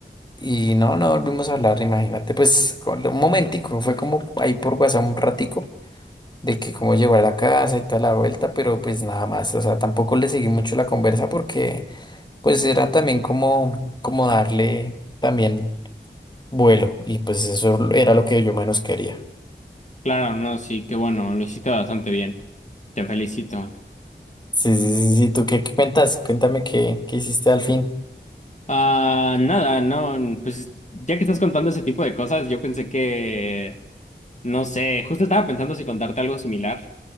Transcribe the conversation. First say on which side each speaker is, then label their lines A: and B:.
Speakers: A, on the left; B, on the left.
A: Y no, no volvimos a hablar, imagínate, pues con- un momentico, fue como ahí por WhatsApp un ratico de que cómo llegó a la casa y toda la vuelta, pero pues nada más, o sea, tampoco le seguí mucho la conversa porque pues era también como, como darle también vuelo y pues eso era lo que yo menos quería.
B: Claro, no, sí, qué bueno, lo hiciste bastante bien. Te felicito.
A: Sí, sí, sí, sí, ¿tú qué, qué cuentas? Cuéntame qué, qué hiciste al fin.
B: Ah, nada, no, pues ya que estás contando ese tipo de cosas, yo pensé que, no sé, justo estaba pensando si contarte algo similar,